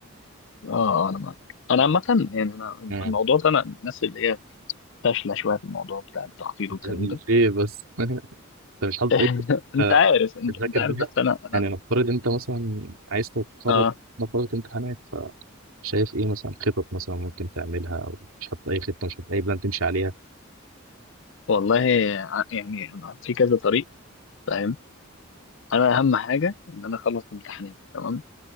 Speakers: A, on the left (about 60°); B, on the right (about 75°).
A: اه انا معاك انا عامة يعني انا
B: امم
A: الموضوع ده انا من الناس اللي هي فاشلة شوية في الموضوع بتاع التخطيط
B: أنت
A: والكلام
B: <laughs>
A: ده
B: ليه بس؟ <laughs> انت مش حاطط
A: <laughs>
B: اي خطه
A: انت
B: أنت
A: عارف انت,
B: بتذاكر
A: انت عارف
B: بيها
A: بس انا انا
B: يعني نفترض انت مثلا عايز تتخرج
A: اه
B: نفترض امتحانات فشايف ايه مثلا خطط مثلا ممكن تعملها او مش حاطط اي خطه مش حاطط اي بلان تمشي عليها
A: والله ع- يعني أنا في كذا طريق فاهم انا اهم حاجة ان انا اخلص امتحانات تمام